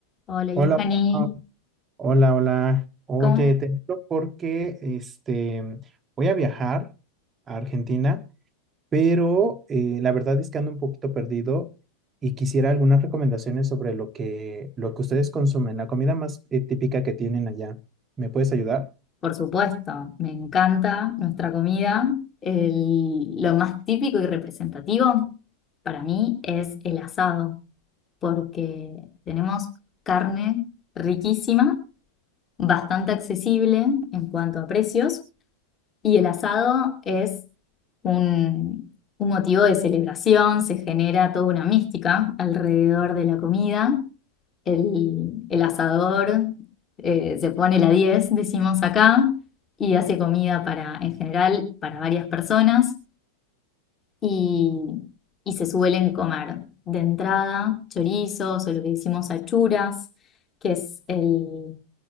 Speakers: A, on the left (about 25°); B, on the right (about 20°).
A: Hola,
B: Hola,
A: Johanny.
B: hola, hola, hola. Oye,
A: ¿Cómo? es?
B: te hablo porque este, voy a viajar a Argentina, pero eh, la verdad es que ando un poquito perdido y quisiera algunas recomendaciones sobre lo que, lo que ustedes consumen, la comida más eh, típica que tienen allá. ¿Me puedes ayudar?
A: Por supuesto, me encanta nuestra comida. El- lo más típico y representativo para mí es el asado, porque tenemos carne riquísima, bastante accesible en cuanto a precios, y el asado es un, un motivo de celebración, se genera toda una mística alrededor de la comida el, el asador, eh, se pone la diez decimos acá, y hace comida para, en general, para varias personas y, y se suelen comer de entrada chorizos o lo que decimos achuras, que es el,